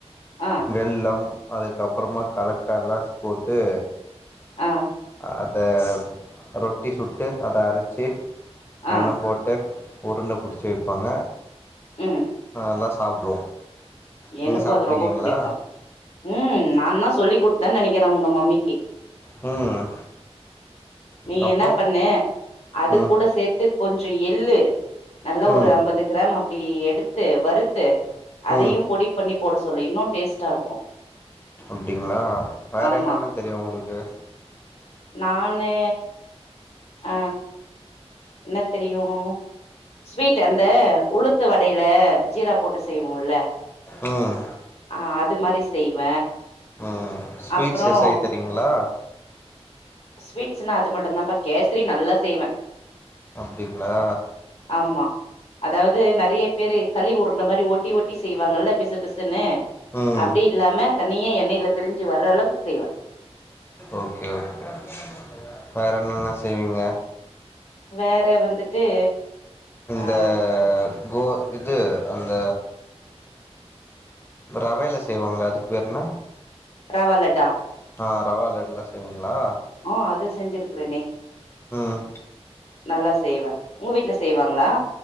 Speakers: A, on the left; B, on the left.
A: ஆ
B: வெள்ளம் அதுக்கப்பறமா கலக்கலாஸ் போட்டு
A: ஆ
B: அத ரொட்டி சுட்டு அத அரச்சி
A: ஆ
B: எண்ணப் போட் டு உருண்ட புடிச்சி வைப்பாங்க
A: ம்
B: நல்லா சாப்டுவோ நீங்க
A: எனக்கு
B: சாப்ட்ருக்கீங்ளா
A: அது ரொம்ப புடிக்கு ம் நான்தா சொல்லி்க் குடுத்தன் நனைக்கிற உங்க மம்மிக்கு
B: ம்
A: நீ
B: அப்றோ
A: என்ன பண்ணு அது
B: ம்
A: கூட சேத்துக் கொஞ்ச எள்ளு நல்ல
B: ம்
A: ஒரு அம்பது கிராம் அப்டி எடுத்து வறுத்து அதயு
B: ம்
A: பொடிப் பண்ணி போட சொல்லு இன்னு டேஸ்ட்டா இருக்கு
B: அப்டிங்ளா வேற
A: ஆமா
B: என்னென்ன தெரியு உங்ளுக்கு
A: நானு அ என்ன தெரியு ஸ்வீட் அந்த உளுத்து வடைல ஜீரா போட்டு செய்வோல்ல
B: ம்
A: ஆ அது மாரி செய்வ
B: ம் ஸ்வீட்ஸ்
A: அப்றோ
B: எ செய்ய தெரியுங்களா
A: ஸ்வீட்ஸ்ன்னா அது மட்டுந்தாப்பா கேசரி நல்லா செய்வ
B: அப்டிங்ளா
A: ஆமா அதாவது நெறைய பேரு களி உருண்ட மாரி ஓட்டி ஓட்டி செய்வாங்கல்ல பிசு பிசுன்னு
B: ம்
A: அப்டி இல்லாம தனியா எண்ணெல பிரிஞ்சு வர்ற அளவுக்கு செய்வ
B: ஓகே ஓகே வேற என்னென்னலா செய்வீங்க
A: வேற வந்துட்டு
B: இந்த
A: ஆ
B: கோ இது அந்த ரவைல செய்வாங்கள அதுக்கு பேர் என்ன
A: ரவா லட்டா
B: ஆ ரவா லட்டுலா செய்வீங்ளா
A: ஓ அது செஞ்சிருக்றேனே
B: ம்
A: நல்லா செய்வ உங்க வீட்ல செய்வாங்களா